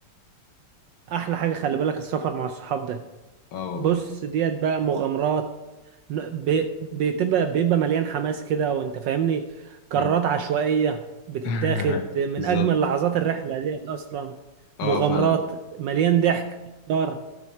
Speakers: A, on the right (about 75°); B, on the left (about 70°).
A: احلى حاجة خلي بالك السفر مع الصحاب ده
B: أه والله
A: بص ديت بقى مغامرات ن- بي- بتبقى بيبقى مليان حماس كده وانت فاهمني قرارات
B: مم.
A: عشوائية بتتاخد
B: <laughs>
A: من
B: بالظبط
A: اجمل لحظات الرحلة ديت اصلا
B: اه
A: مغامرات
B: فعلا
A: مليان ضحك دار